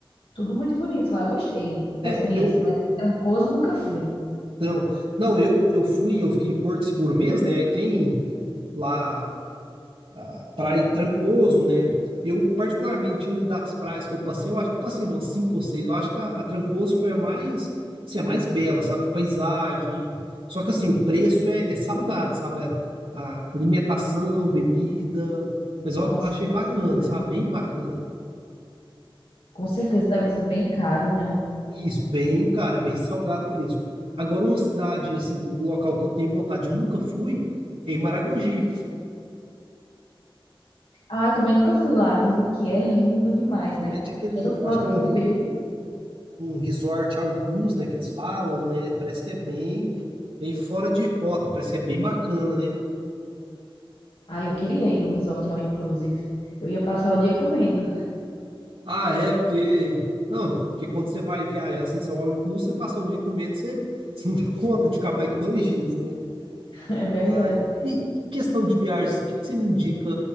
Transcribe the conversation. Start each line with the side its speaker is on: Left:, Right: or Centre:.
Left: tudo muito bonito lá. Eu gostei da
Right: É,
Left: experiência,
Right: eu,
Left: mas Trancoso nunca fui.
Right: então, não, eu, eu fui, eu fiquei em Porto Seguro mesmo, né? Aí tem lá a Praia Trancoso, né? Eu, particularmente, ali das praias que eu passei, eu acho que eu passei umas cinco ou seis. Eu acho que a, a Trancoso foi a mais, assim, a mais bela, sabe? De paisagem. Só que, assim, o preço é, é salgado, sabe? A, a alimentação, bebida. Mas eu
Left: Nossa,
Right: achei
Left: com
Right: bacana,
Left: certeza.
Right: sabe? Bem bacana.
Left: Com certeza deve ser bem caro, né?
Right: Isso, bem, cara, é bem salgado o preço. Agora, uma cidade, assim, um local que eu tenho vontade, eu nunca fui, é em Maragogi.
Left: Ah, eu também nunca fui lá. Dizem que é lindo demais,
Right: Somente
Left: né?
Right: aquele,
Left: Toda
Right: eu
Left: foto
Right: acho que é um,
Left: que eu
Right: res-
Left: vejo.
Right: um resort all inclusive, né, que eles falam, né? Parece que é bem, bem fora de rota, parece que é bem bacana, né?
Left: Ah, eu queria ir num resort all inclusive. Eu ia passar o dia comendo.
Right: Ah, é, porque. Não, porque quando você vai viajar assim, seu all inclusive, você passar o dia comendo, você, <laughs> você não dá conta de ficar mais que dois dias, né?
Left: <laughs> É verdade.
Right: Ah, e, e questão de viagem, assim, o que que você me indica,